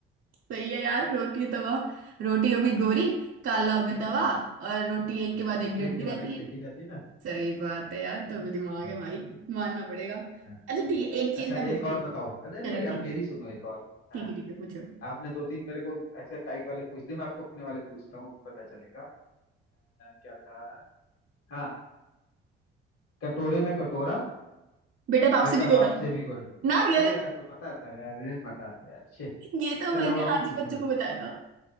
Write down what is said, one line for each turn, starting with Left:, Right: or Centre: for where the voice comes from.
Right: सही है यार रोटी तवा रोटी होगी गोरी काला हो गया तवा
Left: हाँ,
Right: और रोटी एक
Left: हाँ।
Right: के बाद एक गिरती
Left: एक के बाद
Right: रहती
Left: एक सेकी
Right: है
Left: जाती है ना
Right: सही बात है यार तो दिमाग
Left: हाँ,
Right: है भाई मानना पड़ेगा अच्छा
Left: हाँ।
Right: ठीक है एक चीज
Left: अच्छा
Right: मैं पूछती
Left: एक और
Right: हूँ
Left: बताओ अरे नहीं
Right: चलो
Left: अब
Right: ठीक
Left: मेरी सुनो एक और हाँ
Right: ठीक है ठीक है पूछो
Left: आपने दो तीन मेरे को ऐसे टाइट वाले पूछ दिए मैं आपको अपने वाले पूछता हूँ पता चलेगा आ, क्या था हाँ कटोरे में कटोरा
Right: बेटा बाप
Left: बेटा
Right: से भी बोला
Left: बाप से भी गोरा
Right: ना ये
Left: अरे यार तो पता था यार अरे पता था यार छे
Right: ये तो
Left: चलो
Right: मैंने
Left: आप ही
Right: आज
Left: पूछ
Right: ही बच्चों
Left: लो
Right: को बताया था